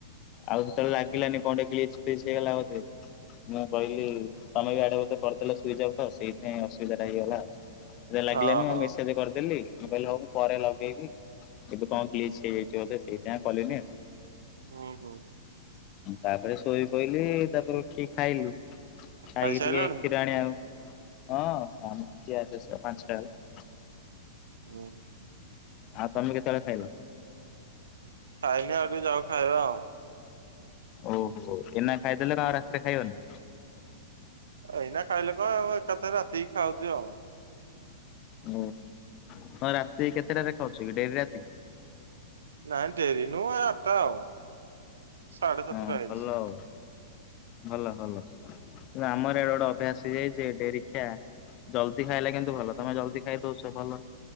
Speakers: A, on the left; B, on the right.
A: ଆଉ ସେତେବେଳେ ଲାଗିଲାନି କଣ ଟେ ଗ୍ଲିଚ ପ୍ଲିଚ ହେଇଗଲା ବୋଧେ ମୁଁ କହିଲି ତମେ ବି ଆଡେ ବୋଧେ କରିଦେଲ ସୁଇଜି ଅଫ ତ ସେଇଥିପାଇଁ ଅସୁବିଧା ଟା ହେଇଗଲା ଆଉ। ଲାଗିଲାନି
B: ହଁ ହଁ।
A: ମୁଁ ମେସେଜ କରିଦେଲି ମୁଁ କହିଲେ ହଉ ପରେ ଲଗେଇବି ଏବେ କଣ ଗ୍ଲିଚ ହେଇଯାଇଛି ବୋଧେ ସେଇଥିପାଇଁ ଆଉ କଲିନି
B: ହୁଁ, ହୁଁ,
A: ତାପରେ ଶୋଇପଇଲି, ତାପରେ ଉଠିକି ଖାଇଲୁ। ଖାଇକି
B: ଖାଇସାରିଲଣି?
A: ଟିକେ କ୍ଷୀର ଆଣି ବାକୁ ହଁ <unintelligible> ପାଞ୍ଚଟା ହଉ।
B: ହୁଁ।
A: ଆଉ ତମେ କେତେବେଳେ ଖାଇଲ।
B: ଖାଇନି ଆଉ ଟିକେ ଯାଉ ଖାଇବା ଆଉ।
A: ଓହୋ ଏନା ଖାଇଦେଲେ ଆଉ ରାତିରେ ଖାଇବନି।
B: ଏଇନା ଖାଇଲେ କଣ ଆଉ ଏକାଥରେ ରାତିକି ଖାଉଛି ଆଉ।
A: ଓ ହଁ, ରାତି କେତେଟାରେ ଖାଉଛ କି ଡେରି ରାତି।
B: ନାଇଁ ଡେରି ନୁହଁ ଏ ଆଠଟା ଆଉ, ସାଢେ
A: ହଁ
B: ସାତଟା ହେଇଛି।
A: ଭଲ ଆଉ ଭଲ ଭଲ କିନ୍ତୁ ଆମର ଇଆଡେ ଗୋଟେ ଅଭ୍ୟାସ ହେଇଯାଇଛି ଡେରି ଖିଆ। ଜଲଦି ଖାଇଲେ କିନ୍ତୁ ଭଲ ତମେ ଜଲଦି ଖାଇ ଦଉଛ ଭଲ।